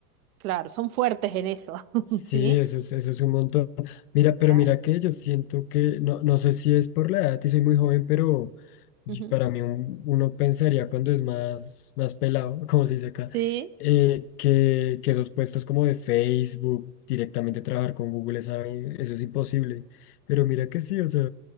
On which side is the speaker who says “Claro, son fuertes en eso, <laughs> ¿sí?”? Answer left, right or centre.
Right